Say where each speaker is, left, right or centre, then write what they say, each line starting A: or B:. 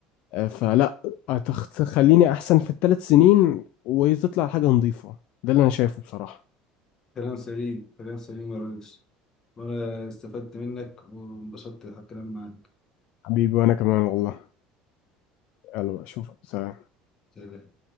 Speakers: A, on the left; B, on the left.
A: آه، فلا هتخ- تخليني أحسن في التلات سنين وتطلع حاجة نظيفة ده اللي أنا شايفه بصراحة
B: كلام سليم كلام سليم يا ريس وأنا استفدت منك وانبسطت على الكلام معاك
A: حبيبي وأنا كمان والله يلا بقى أشوفك سلام
B: سلام